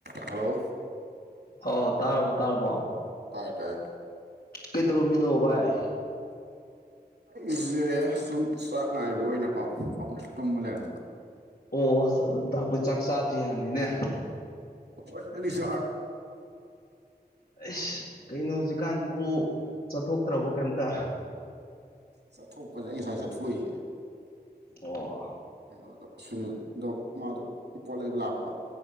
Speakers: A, on the right; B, on the left.
A: Hello
B: ꯑꯣ ꯇꯥꯔꯕꯣ ꯇꯥꯔꯕꯣ
A: ꯇꯥꯏꯦ ꯇꯥꯏ
B: ꯀꯩꯗꯔꯣꯃꯤꯂꯣ ꯚꯥꯏ
A: ꯑꯩꯁꯦ ꯁꯨꯝ ꯆꯥꯛ ꯅꯥꯥꯏꯕ ꯑꯣꯏꯅꯀꯣꯅ ꯇꯨꯝꯕ ꯂꯩꯔꯝꯕ
B: ꯑꯣ ꯑꯁ ꯑꯗꯨ ꯇꯥꯛꯄꯩ ꯆꯥꯛ ꯆꯥꯗ꯭ꯔꯤ ꯍꯥꯏꯕꯅꯤꯅꯦ
A: ꯍꯁꯨ
B: ꯑꯁ ꯀꯩꯅꯣ ꯍꯧꯖꯤꯛꯀꯥꯟꯁꯤꯕꯨ ꯆꯠꯊꯣꯛꯇ꯭ꯔꯕꯣ ꯀꯩꯝꯇ
A: ꯆꯠꯊꯣꯛꯄꯁꯦ ꯑꯩ ꯉꯁꯋꯥꯥꯏ ꯆꯠꯊꯣꯛꯏꯒ
B: ꯑꯣ
A: ꯀꯩꯅꯣꯗꯣ ꯁꯨꯅꯤꯜꯗꯣ ꯃꯥꯗꯣ ꯄꯣꯠ ꯂꯩꯕ ꯂꯥꯛꯄ